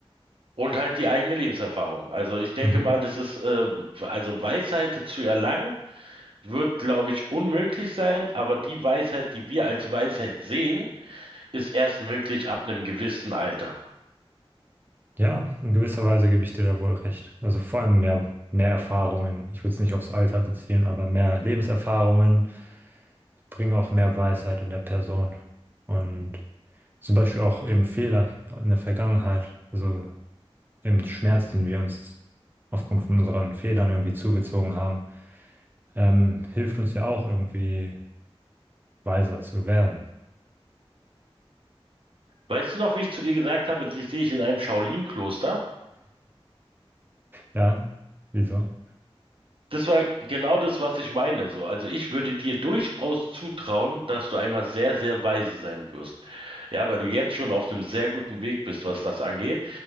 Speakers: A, on the right (about 60°); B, on the right (about 20°).
A: und halt die eigene Lebenserfahrung. Also ich denke
B: Mhm.
A: mal, das ist äh, also Weisheit zu erlangen wird, glaube ich, unmöglich sein, aber die Weisheit, die wir als Weisheit sehen, ist erst möglich ab einem gewissen Alter.
B: Ja, in gewisser Weise gebe ich dir da wohl recht. Also vor allem mehr, mehr Erfahrungen. Ich würde es nicht aufs Alter beziehen, aber mehr Lebenserfahrungen bringen auch mehr Weisheit in der Person. Und zum Beispiel auch eben Fehler in der Vergangenheit. Also dem Schmerz, den wir uns aufgrund von unseren Fehlern irgendwie zugezogen haben, ähm, hilft uns ja auch irgendwie weiser zu werden.
A: Weißt du noch, wie ich zu dir gesagt habe, dich sehe ich in einem Shaolin-Kloster?
B: Ja, wieso?
A: Das war genau das, was ich meine, so. Also ich würde dir durchaus zutrauen, dass du einmal sehr, sehr weise sein wirst. Ja, weil du jetzt schon auf einem sehr guten Weg bist, was das angeht.